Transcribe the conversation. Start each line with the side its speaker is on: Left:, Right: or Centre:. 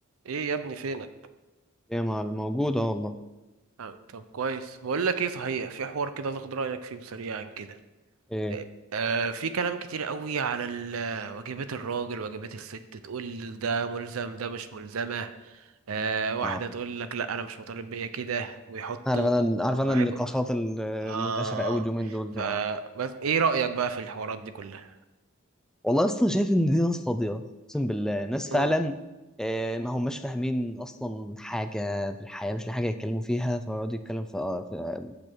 Right: ايه يا ابني فينك
Centre: ايه مع الموجودة والله
Right: آه، طب كويس بقول لك ايه صحيح في حوار كده تاخد رايك فيه بسريعا كده
Centre: ايه
Right: آه آه، في كلام كتير قوي على ال- آه، واجبات الراجل واجبات الست تقول ده ملزم ده مش ملزمه آه واحده
Centre: اه
Right: تقول لك لا انا مش مطالب بيا كده ويحطوا
Centre: عارف انا عارف انا
Right: عبء
Centre: النقاشات ال-
Right: اه
Centre: المنتشره قوي اليومين دول
Right: فبس
Centre: دي اه
Right: ايه رايك بقى في الحوارات دي كلها
Centre: والله اصلا شايف ان دي ناس فاضيه اقسم بالله ناس فعلا
Right: امم
Centre: آه، ما هماش فاهمين اصلا حاجه في الحياه مش لاقي حاجه يتكلموا فيها فيقعدوا يتكلم في آه، في-